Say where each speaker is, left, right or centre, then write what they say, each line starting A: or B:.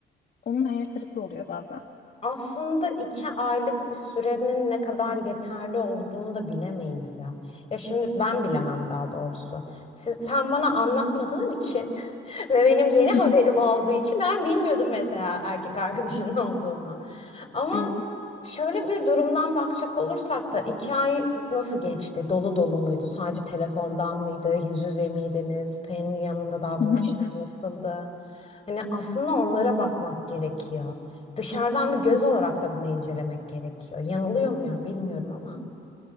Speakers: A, on the left (about 45°); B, on the left (about 30°).
A: Onun hayal kırıklığı oluyor bazen.
B: Aslında iki aylık bir sürenin ne kadar yeterli olduğunu da bilemeyiz ya. Ya şimdi ben bilemem daha doğrusu. Siz, sen bana anlatmadığın için <laughs> Ve benim yeni haberim
A: <laughs>
B: olduğu için ben bilmiyordum mesela erkek arkadaşının <laughs> olduğunu. Ama
A: Hmm.
B: şöyle bir durumdan bakacak olursak da iki ay nasıl geçti? Dolu dolu muydu? Sadece telefondan mıydı? Yüz yüze miydiniz? Senin yanında davranışları
A: <laughs>
B: nasıldı? Hani aslında onlara bakmak gerekiyor. Dışarıdan bir göz olarak da bunu incelemek gerekiyor. Yanılıyor muyum bilmiyorum ama.